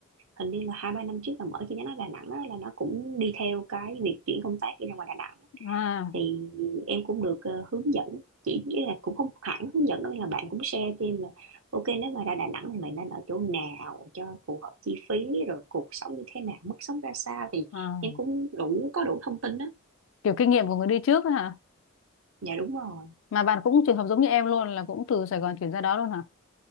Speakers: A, on the right; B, on the left.
A: hình như là hai ba năm trước là mở chi nhánh ở Đà Nẵng á, là nó cũng đi theo cái việc chuyển công tác đi ra ngoài Đà Nẵng
B: Ồ, à,
A: thì em cũng được ờ, hướng dẫn chỉ nghĩa là cũng không hẳn hướng dẫn đâu là bạn cũng share cho em là ok nếu mà ra Đà Nẵng thì mày nên ở chỗ nào cho phù hợp chi phí rồi cuộc sống như thế nào mức sống ra sao thì
B: à,
A: em cũng đủ có đủ thông tin đó
B: kiểu kinh nghiệm của người đi trước ấy hả?
A: dạ đúng rồi
B: Mà bạn cũng trường hợp giống như em luôn là cũng từ Sài Gòn chuyển ra đó luôn hả?